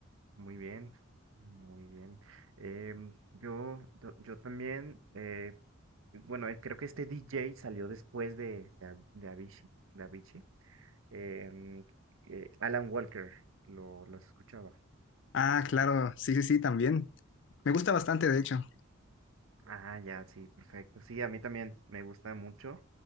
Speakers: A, on the right (about 70°); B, on the left (about 55°).
A: muy bien, muy bien. Em, yo, yo, yo también, eh, bueno, eh, creo que este DJ salió después de, de, A- de Avicii, de Avicii. Em, eh, Alan Walker, lo, lo has escuchado.
B: Ah, claro, sí, sí, sí, también. Me gusta bastante, de hecho.
A: Ah, ya, sí, perfecto. Sí, a mí también me gusta mucho.